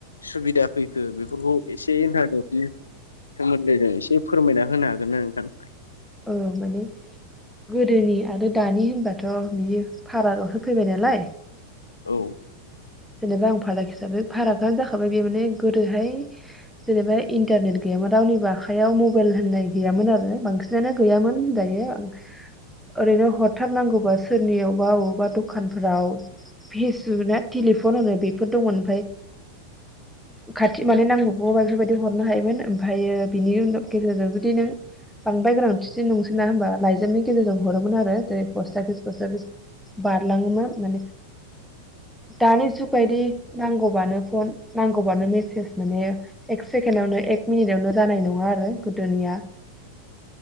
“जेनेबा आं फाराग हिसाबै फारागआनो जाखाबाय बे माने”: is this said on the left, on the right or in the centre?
Centre